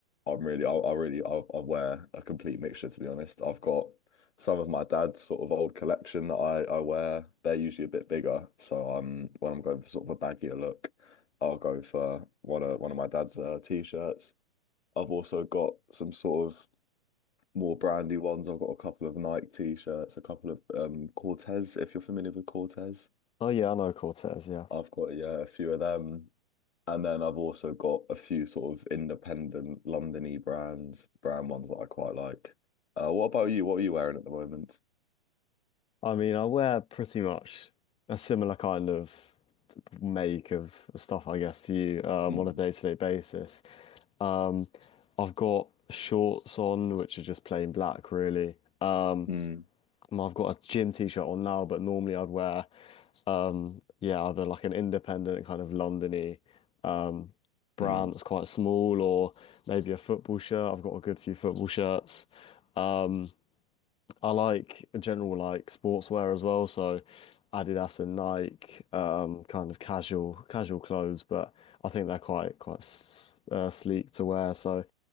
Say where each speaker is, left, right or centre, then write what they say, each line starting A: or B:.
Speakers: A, on the left (about 85°); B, on the left (about 15°).
A: I'm really, I, I really, I, I wear a complete mixture to be honest. I've got some of my dad's sort of old collection that I, I wear. They're usually a bit bigger, so um, when I'm going for sort of a baggier look, I'll go for one of one of my dad's uh, t-shirts. I've also got some sort of more brandy ones. I've got a couple of Nike t-shirts, a couple of um Cortez, if you're familiar with Cortez.
B: Oh yeah, I know Cortez. Yeah,
A: I've got yeah, a few of them. And then I've also got a few sort of independent Londony brands, brand ones that I quite like. Uh, what about you? What are you wearing at the moment?
B: I mean, I wear pretty much a similar kind of make of stuff, I guess, to you um,
A: Mm,
B: on a day-to-day basis. Um, I've got shorts on, which are just plain black, really. Um,
A: mm,
B: um, I've got a gym t-shirt on now, but normally I'd wear, um, yeah, either like an independent kind of Londony, um, brand
A: mm,
B: that's quite small, or maybe a football shirt. I've got a good few football shirts. Um, I like a general like sportswear as well, so Adidas and Nike, um, kind of casual casual clothes, but I think they're quite quite s- uh, sleek to wear. So